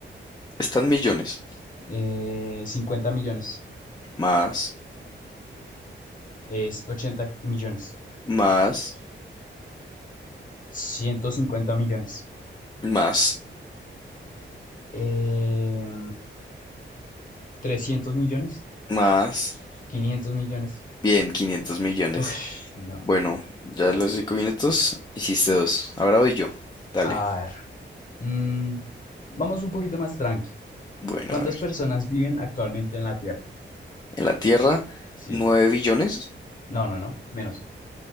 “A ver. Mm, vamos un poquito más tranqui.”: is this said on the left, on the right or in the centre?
Left